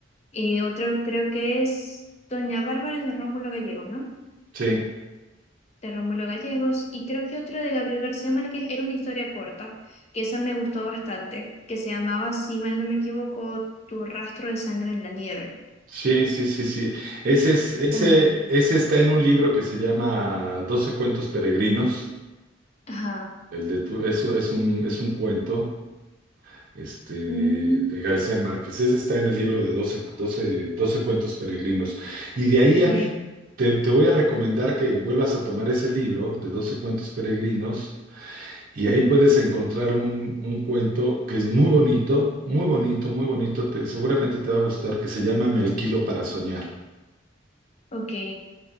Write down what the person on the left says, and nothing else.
Y otro creo que es Doña Bárbara de Rómulo Gallegos, ¿no?
de Rómulo Gallegos, y creo que otro de Gabriel García Márquez era una historia corta, que esa me gustó bastante, que se llamaba, si mal no me equivoco, Tu rastro de sangre en la nieve.
También.
Ajá.
Mm,
ok.
Ujú.
Ok.